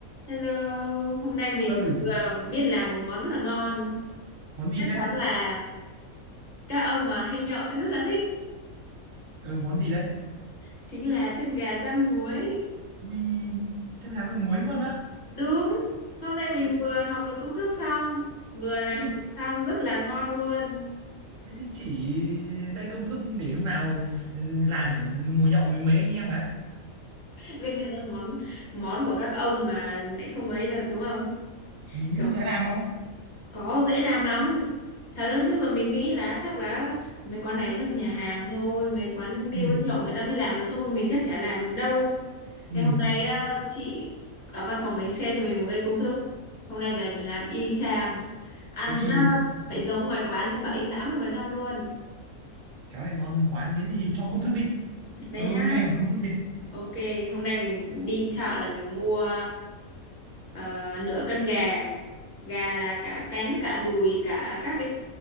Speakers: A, on the left; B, on the right.
A: Hello, hôm nay mình
B: ơi
A: vừa biết làm một món rất là ngon.
B: món gì
A: Chắc
B: thế
A: chắn là các ông mà hay nhậu sẽ rất là thích.
B: ừ món gì đấy
A: Chính là chân gà rang muối.
B: ui chân gà rang muối luôn á
A: Đúng, hôm nay mình
B: thế
A: vừa học được công thức xong, vừa làm
B: thế thì
A: thử xong rất là ngon luôn.
B: thế thì chỉ đây công thức để hôm nào ừ, làm để ngồi nhậu với mấy anh em đấy
A: Biết ngay món món của các ông mà lại không ấy là đúng không?
B: ừ, nhưng
A: Kiểu
B: mình sẽ làm không
A: có dễ làm lắm. Trời ơi, trước giờ mình nghĩ là chắc là mấy quán này thân nhà hàng thôi, mấy quán bia
B: ừ,
A: quán nhậu người ta mới làm được thôi, mình chắc chả làm được đâu.
B: ừ.
A: Thế hôm nay á, chị ở văn phòng mình share cho mình một cái công thức. Hôm nay về mình làm y chang. Ăn
B: thế thì
A: á, phải giống ngoài quán đến bảy đến 80% luôn.
B: khéo lại ngon hơn quán thế thì cho công thức đi
A: Đấy
B: cho luôn
A: nhá.
B: ngay vào công thức đi
A: Ok, hôm nay mình đi chợ là mình mua ờ, nửa cân gà. Gà là cả cánh, cả đùi, cả các cái